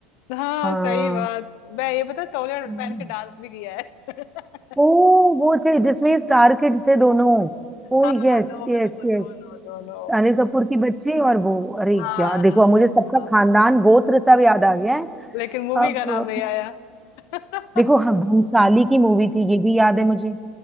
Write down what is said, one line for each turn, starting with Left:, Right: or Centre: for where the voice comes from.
Left: हाँ
Centre: हाँ
Left: सही बात मैं ये पता तौलिया
Centre: हम्म।
Left: पहन के डांस भी किया है <laughs>
Centre: ओ वो थे जिसमें स्टार किड्स थे दोनों Oh
Left: हाँ
Centre: yes
Left: दोनों
Centre: yes yes
Left: दोनों दोनों
Centre: Anil Kapoor की बच्ची और वो अरे
Left: हाँ
Centre: यार देखो
Left: हाँ
Centre: अब मुझे सबका
Left: हाँ
Centre: खानदान गोत्र सब याद आ गया है
Left: लेकिन मूवी
Centre: अब
Left: का नाम नहीं आया <laughs>
Centre: देखो हाँ, भंसाली की मूवी थी ये भी याद है मुझे